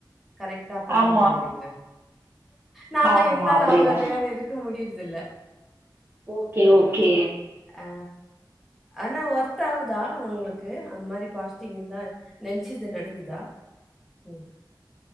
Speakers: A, in the centre; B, on the right.
A: கரெக்டா பண்ணிடுனு
B: ஆமா
A: வரீங்க நாங்க
B: ஆமா
A: எங்களால
B: அப்டியேதா
A: அவ்ள தேர இருக்க முடியுறதுல்ல
B: ஓகே ஓகே
A: அ ஆனா ஒர்த் ஆகுதா உங்களுக்கு அந் மாரி பாஸ்ட்டிங் இருந்தா நெனைச்சது நடக்குதா ஒங்கு